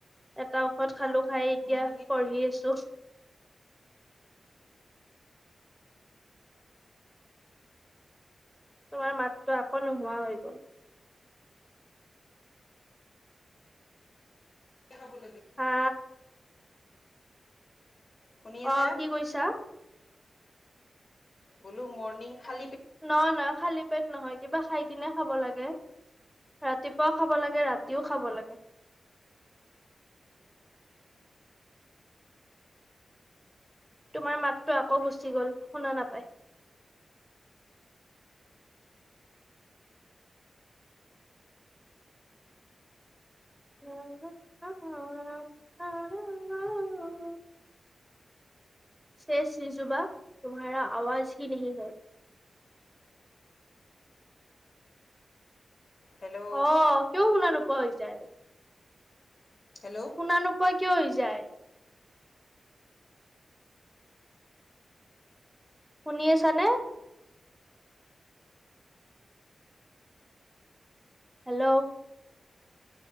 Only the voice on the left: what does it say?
অ',
মৰ্ণিঙে
খাব লাগে।
শুনি আছা
বোলো মৰ্নিং খালী পেট-
হেল্ল'
হেল্ল'